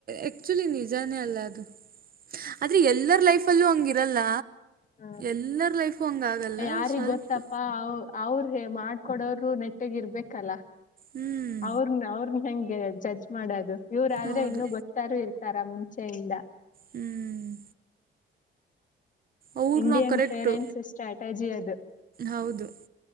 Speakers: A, on the right (about 45°); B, on the left (about 40°).
A: ಆಕ್ಚುಲಿ ನಿಜಾನೇ ಅಲ್ಲ ಅದು ಆದ್ರೆ ಎಲ್ಲರ ಲೈಫ್ ಅಲ್ಲೂ ಹಂಗಿರಲ್ಲ
B: ಹ್ಮ
A: ಎಲ್ಲರ ಲೈಫು ಹಂಗಾಗಲ್ಲ
B: ಯಾರಿಗ್
A: ಸ್ವಲ್ಪ
B: ಗೊತ್ತಪ್ಪಾ ಅವ ಅವ್ರ ಮಾಡ್ಕೊಡೋರು ನೆಟ್ಟಗ ಇರ್ಬೇಕಲ್ಲ
A: ಹ್ಮ್
B: ಅವ್ರನ್ನ ಅವ್ರನ್ನ ಹೆಂಗೆ ಜಡ್ಜ್ಮಾಡೋದು ಇವ್ರ ಆದ್ರೆ
A: ಹೌದು
B: ಇನ್ನುೂ ಗೊತ್ತಾರೂ ಇರ್ತಾರ ಮುಂಚೆಯಿಂದ
A: ಹ್ಮ್ ಅವ್ರು
B: ಇಂಡಿಯನ್
A: ನಾವು ಕರೆಕ್ಟು
B: ಪೇರೆಂಟ್ಸ್ ಸ್ಟ್ರಾಟಜಿ ಅದು
A: ಹೌದು